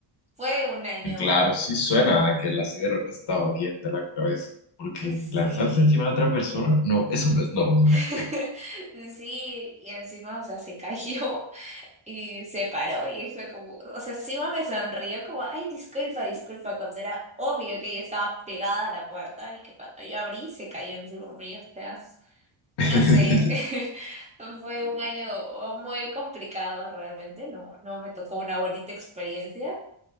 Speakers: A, on the right (about 15°); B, on the left (about 60°).
A: fue un año
B: Claro, sí suena a que el acero no estaba bien de la cabeza, porque
A: Sí,
B: lanzarse encima de otra persona, no, eso no es normal.
A: <laughs> sí, y encima, o sea, se cayó y se paró y fue como, o sea, encima me sonrió como, ay, disculpa, disculpa, cuando era obvio que ella estaba pegada a la puerta y que cuando yo abrí se cayó encima mío, o sea,
B: <laughs>
A: no sé, <laughs> fue un año muy complicado realmente, no, no me tocó una bonita experiencia,